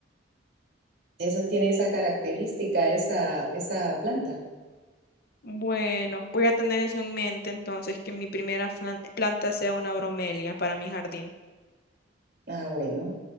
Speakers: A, on the right; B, on the left.
A: Esa tiene esa característica, esa, esa planta.
B: Bueno, voy a tener eso en mente entonces, que mi primera flan- planta sea una bromelia para mi jardín.
A: Ah, bueno.